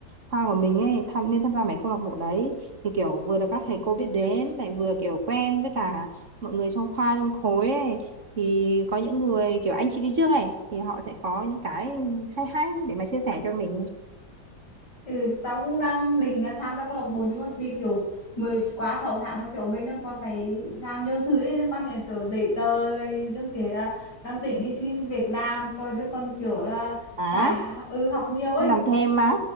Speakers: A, on the right (about 45°); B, on the left (about 85°).
A: khoa của mình ấy tham nên tham gia mấy câu lạc bộ đấy thì kiểu vừa được các thầy cô biết đến lại vừa kiểu quen với cả mọi người trong khoa trong khối ấy thì có những người kiểu anh chị đi trước ấy thì họ sẽ có những cái hay hay để mà chia sẻ cho mình
B: ừ, tao cũng đang định là tham gia câu lạc bộ nhưng mà vì kiểu mới quá 6 tháng nó kiểu mình đang còn phải làm nhiều thứ ấy, liên quan đến kiểu giấy tờ rồi đừng kể là đang tính đi xin việc làm rồi đừng còn kiểu là
A: à
B: phải h- ừ, học nhiều ấy
A: làm thêm á